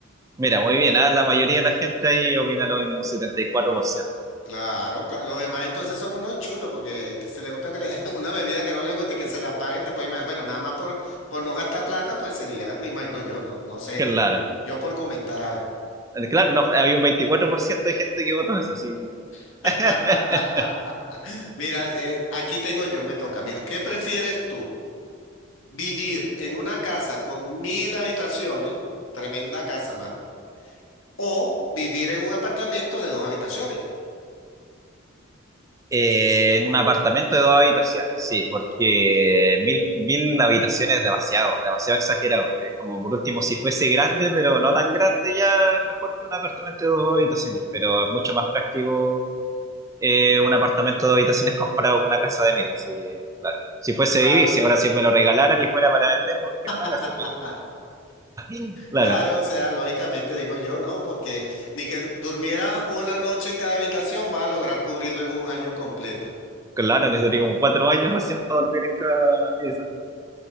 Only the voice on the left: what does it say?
claro, claro, los demás entonces son unos chulos porque que se le gusta que le- <laughs> una bebida que no le guste y que se la paguen, te puede ima- bueno, nada más por, por no gastar plata, pues sería, me imagino yo, no, no sé,
digo, yo por comentar algo.
<laughs>
Mira, eh, aquí tengo yo, me toca. Mira, ¿qué prefieres tú? ¿Vivir en una casa con mil habitaciones? Tremenda casa, mano. ¿O vivir en un apartamento de dos habitaciones?
Ra-
<laughs>
Claro, o sea, lógicamente digo yo, ¿no? Porque ni que du- durmieras una noche en cada habitación vas a lograr cubrirlo en un año completo.